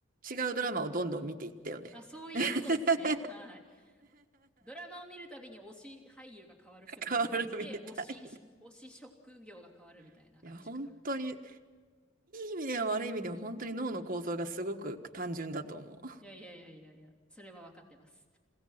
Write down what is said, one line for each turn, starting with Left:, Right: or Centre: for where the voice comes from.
Right: 違うドラマをどんどん見ていったよね。
Centre: あ、そういうことですね。
Right: <laughs>
Centre: はい。ドラマを見るたびに推し俳優が変わる人みたいな感じで、
Right: 変わるみたい。
Centre: 推し、推し職業が変わるみたいな感じか。
Right: <laughs> いや、本当に、いい意味では悪い意味でも本当に脳の構造がすごく単純だと思
Centre: いやいやいやいやいや、それは分かってます。